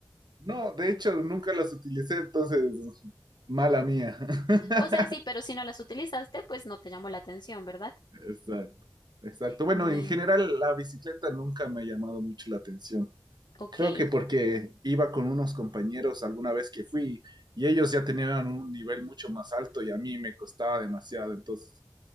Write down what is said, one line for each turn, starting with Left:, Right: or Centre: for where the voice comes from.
Right: No, de hecho, nunca las utilicé, entonces, mala mía. <laughs>
Left: O sea, sí, pero si no las utilizaste, pues no te llamó la atención, ¿verdad?
Right: Exacto, exacto. Bueno,
Left: Muy,
Right: en general la bicicleta nunca me ha llamado mucho la atención.
Left: ok.
Right: Creo que porque iba con unos compañeros alguna vez que fui y ellos ya tenían un nivel mucho más alto y a mí me costaba demasiado, entonces